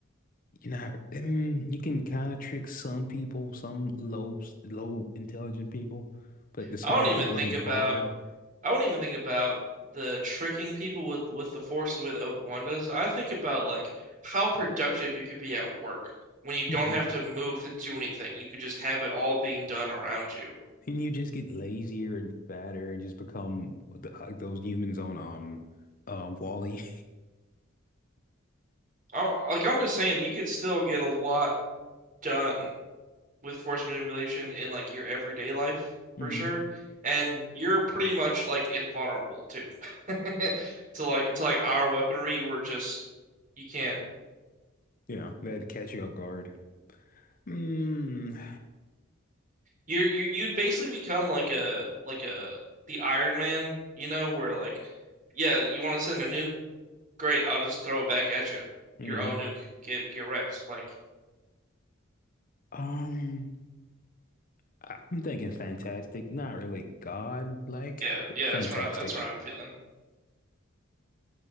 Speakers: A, on the left; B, on the right.
A: you know, mm, you can kind of trick some people, some low low intelligent people, but the smarter
B: I don't even
A: people
B: think
A: are gonna be
B: about
A: hard.
B: I won't even think about the tricking people with with the force the way that Obi-Wan does. I think about like how productive you could be at work when you don't
A: <laughs>
B: have to move to do anything. You could just have it all being done around you.
A: And you just get lazier and fatter and just become th- like those humans on um um Wall-E.
B: I'm, like I'm just saying, you could still get a lot done with force manipulation in like your everyday life
A: <laughs>
B: for
A: hmm
B: sure. And you're pretty much like invulnerable too <laughs> to like to like our weaponry. You were just you can't.
A: Yeah, they had to catch you off guard. Mm.
B: You're you you'd basically become like a like a the Iron Man, you know, where like, yeah, you want to send a nuke? Great, I'll just throw it back at you.
A: hmm
B: Your own nuke. Get get wrecked. Like,
A: Um, I- I'm thinking fantastic, not really God-like,
B: yeah,
A: but
B: yeah,
A: fantastic.
B: that's what I, that's what I'm feeling.